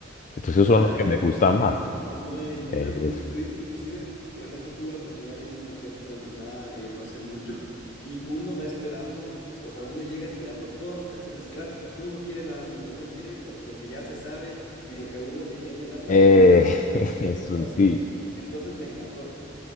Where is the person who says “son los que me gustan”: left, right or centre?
Left